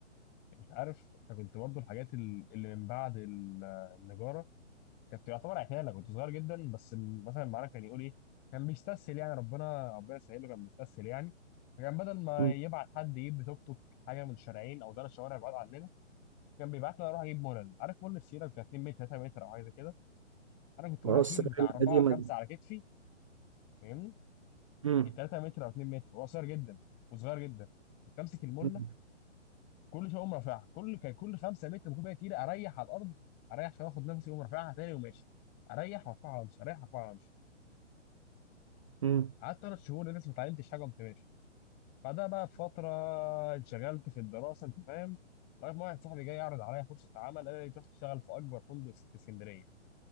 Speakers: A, on the left (about 25°); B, on the right (about 30°).
A: انت عارف انا كنت برضو الحاجات ال- اللي من بعد ال- النجاره كانت يعتبر عتاله كنت صغير جدا بس ال- مثلا معانا كان يقول ايه كان بيستسهل يعني ربنا ربنا يسهل له كان بيستسهل يعني فكان بدل ما
B: مم.
A: يبعت حد يجيب توك توك حاجه من شارعين او ثلاث شوارع بعاد عننا كان بيبعت لي اروح اجيب مولل عارف مول السيره بتاع 2 متر 3 متر او حاجه زي كده انا كنت
B: بس
A: بروح اشيل بتاع
B: القديمه
A: 4 5
B: دي
A: على كتفي فاهمني
B: مم.
A: ال 3 متر او 2 متر هو قصير جدا وصغير جدا كنت امسك المله
B: مم.
A: كل شويه اقوم رافعها كل كان كل 5 متر بكون بقى تقيله اريح على الارض اريح شويه اخد نفسي اقوم رافعها تاني وماشي اريح وارفعها وامشي اريح وارفعها وامشي
B: مم.
A: قعدت ثلاث شهور لسه ما اتعلمتش حاجه وقمت ماشي بعدها بقى بفتره انشغلت في الدراسه انت فاهم لغايه ما واحد صاحبي جاي يعرض عليا فرصه عمل قال لي تروح تشتغل في اكبر فندق في اسكندريه